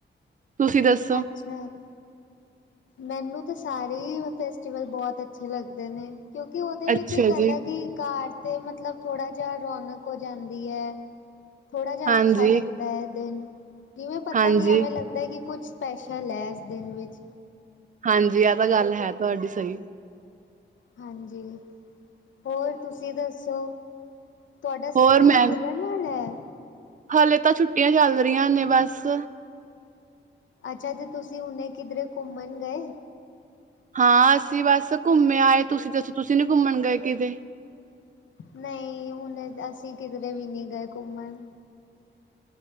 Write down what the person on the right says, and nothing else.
ਤੁਸੀਂ ਦੱਸ
ਅੱਛਾ
ਜੀ,
ਹਾਂਜੀ।
ਹਾਂਜੀ,
ਹਾਂਜੀ ਐ ਤਾਂ ਗੱਲ ਹੈ ਤੁਆਡੀ ਸਈ।
ਹੋਰ ਮੈਂ
ਹਾਲੇ ਤਾਂ ਛੁੱਟੀਆਂ ਚੱਲ ਰਈਆਂ ਨੇ ਬਸ।
ਹਾਂ, ਅਸੀਂ ਬਸ ਘੁੰਮੇ ਆਏ, ਤੁਸੀਂ ਦੱਸੋ ਤੁਸੀਂ ਨੀ ਘੁੰਮਣ ਗਏ ਕਿਤੇ?